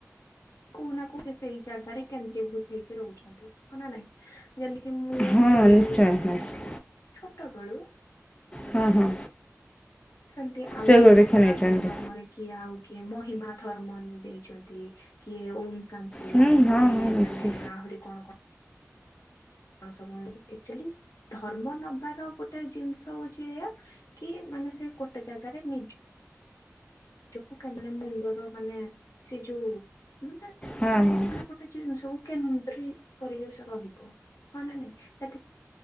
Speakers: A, on the left (about 85°); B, on the left (about 20°).
A: କୋଉ ନା କୋଉ ସେ ସେଇ ଜାଗାରେ କେନ୍ଦ୍ରୀଭୂତ ହେଇକି ରହୁଛନ୍ତି ହଁ ନା ନାଇଁ? ଯେମତି କିି ମୁଁ
B: ହଁ
A: ଜୟଗୁରୁ
B: ନିଶ୍ଚୟ
A: ଦୀକ୍ଷା
B: ନିଶ୍ଚୟ
A: ନେଇଚି ଛୋଟବେଳୁ
B: ହଁ ହଁ।
A: ସେମତି ଆଉ
B: ଜୈବ
A: କିଏ
B: ଦୀକ୍ଷା
A: ସନାତନ
B: ନେଇଛନ୍ତି
A: ଧର୍ମରେ କିଏ ଆଉ କିଏ ମହିମା ଧର୍ମ ଦେଇଚନ୍ତି କିଏ ଓମ୍ ସାନ୍ ନ୍ତି
B: ହୁଁ ହଁ
A: କିଏ
B: ହଁ ନିଶ୍ଚୟ
A: ମାନେ ଆହୁରି କଣ <unintelligible> ଆକଚୋଲି ଧର୍ମ ନବାର ଗୋଟେ ଜିନଷ ହୋଉଚି ଏଇଆ କି ମାନେ ସେ ଗୋଟେ ଜାଗାରେ ନିଜ୍ ଜକୁ କାହିଁକିନା ମୁଣ୍ଡର ମାନେ ସିଏ ଯୋଉ ମାନେ
B: ହଁ ହଁ।
A: ମାନେ ଗୋଟେ ଜିନିଷବୁ କେନ୍ଦ୍ରି କରିକରି ସେ ରହିବ ହଁ ନା ନାଇଁ ତାଥି